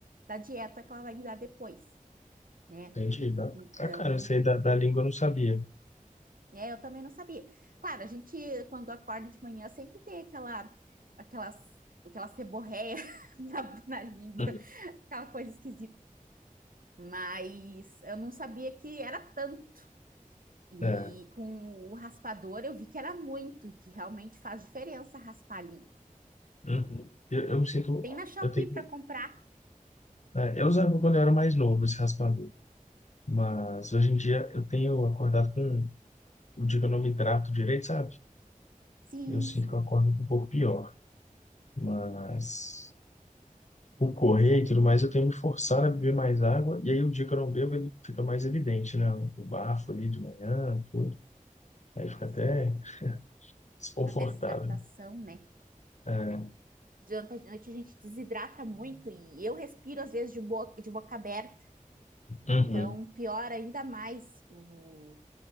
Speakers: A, on the right; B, on the left.
A: da dieta que ela vai me dar depois, né?
B: entendi. Ba-
A: Então,
B: Bacana, isso aí da, da língua eu não sabia.
A: eu, é, eu também não sabia. Claro, a gente quando acorda de manhã sempre tem aquela aquelas aquela seborréia <laughs> na, na língua,
B: Uhum.
A: aquela coisa esquisita. Mas eu não sabia que era tanto. E
B: É,
A: com o raspador eu vi que era muito e que realmente faz diferença raspar a língua.
B: uhum. Eu, eu me sinto.
A: Tem na Shopee
B: Eu tenho,
A: para comprar?
B: é, eu usava quando eu era mais novo esse raspador, mas hoje em dia eu tenho acordado com. o dia que eu não me hidrato direito, sabe?
A: Sim,
B: Eu sinto
A: sim,
B: que eu acordo um pouco pior, mas o correr e tudo mais, eu tenho me forçado a beber mais água, e aí o dia que eu não bebo, ele fica mais evidente, né? O bafo ali de manhã, tudo. Aí fica até
A: sim.
B: desconfortável.
A: a desidratação,
B: né?
A: né?
B: É,
A: Durante a noite a gente desidrata muito e eu respiro às vezes de boca, de boca aberta, então
B: Uhum.
A: piora ainda mais o,